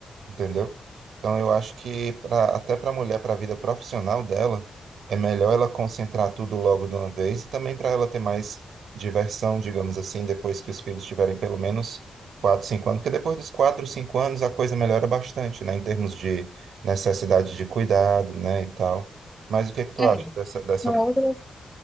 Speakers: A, on the right; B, in the centre.
A: entendeu? Então eu acho que pra, até para a mulher, para a vida profissional dela, é melhor ela concentrar tudo logo de uma vez e também para ela ter mais diversão, digamos assim, depois que os filhos tiverem pelo menos quatro 5 anos, porque depois dos quatro 5 anos a coisa melhora bastante, né, em termos de necessidade de cuidado, né, e tal. Mas o que é que tu
B: É,
A: acha dessa, dessa...
B: são outras,